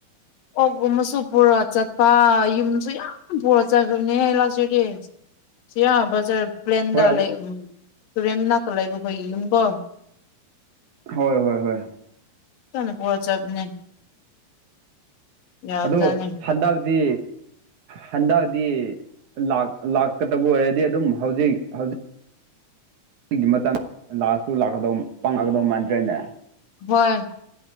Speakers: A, on the left; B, on the right.
A: ꯑꯣꯛꯒꯨꯝꯕꯁꯨ ꯄꯨꯔꯒ ꯆꯠꯄ ꯌꯨꯝꯁꯨ ꯌꯥꯝ ꯄꯨꯔꯒ ꯆꯠꯈ꯭ꯔꯕꯅꯦ ꯑꯩ ꯂꯥꯁꯏꯔꯤꯗꯤ꯫ ꯁꯤꯌꯥ ꯕꯖꯥꯔ ꯄ꯭ꯂꯦꯟꯗ
B: ꯍꯣꯏ ꯑꯗꯨ
A: ꯂꯩ ꯇꯨꯔꯦꯟ ꯅꯥꯀ ꯂꯩꯕꯈꯣꯏ ꯏ ꯌꯨꯝꯀꯣ꯫
B: ꯍꯣꯏ ꯍꯣꯏ ꯍꯣꯏ
A: <unintelligible> ꯄꯨꯔꯥ ꯆꯠꯄꯥꯅꯦ ꯌꯥꯕꯖꯥꯠꯅꯤ
B: ꯑꯗꯣ ꯍꯟꯗꯛꯇꯤ ꯍꯟꯗꯛꯤ ꯂꯥꯛ ꯂꯥꯛꯀꯗꯕ ꯑꯣꯏꯔꯗꯤ ꯑꯗꯨꯝ ꯍꯧꯖꯤꯛ ꯍꯧꯖꯤꯛ ꯁꯤꯒꯤ ꯃꯇꯝ ꯂꯥꯛꯁꯨ ꯂꯥꯛꯀꯗꯧ ꯄꯥꯡꯉꯛꯀꯗꯧ ꯃꯥꯟꯗ꯭ꯔꯦꯅꯦ
A: ꯍꯣꯏ